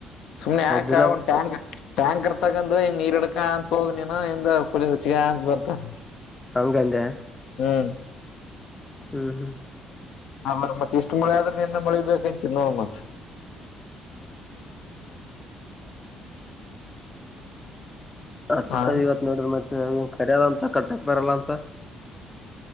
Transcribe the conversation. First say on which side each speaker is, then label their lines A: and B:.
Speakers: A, on the left (about 75°); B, on the left (about 15°).
A: ಸುಮ್ನೆ ಯಾಕ
B: ದಿನ
A: ಒಟ್ಯಾಂಕ್ ಟ್ಯಾಂಕರ್ ತಗೊಂಡ ಹನ್ ನೀರ್ ಹಡಕ ಅಂತ ಹೋಗಿ ನೀನು ಹಿಂದ ಕುಳಿಚ್ಚಗ ಅಂತ ಬರ್ತಾರೆ
B: ಹಂಗ ಅಂದೆ
A: ಹ್ಮ್
B: ಹ್ಮ್ ಹ್ಮ್
A: ಆಮೇಲೆ ಮತ್ ಇಷ್ಟ್ ಮಳೆ ಆದ್ರ ನಿಿಂದ ಮಳೆ ಬಂತ ನೋಡ ಮತ್
B: ಆ ಚುಪ್ಪಾಗಿ
A: ಹ
B: ಇವತ್ ನೋಡ್ರ ಮತ್ತೆ ಕರಿಾದ ಅಂತ ಕಟ್ಟಕ್ ಬರಲ್ಲ ಅಂತ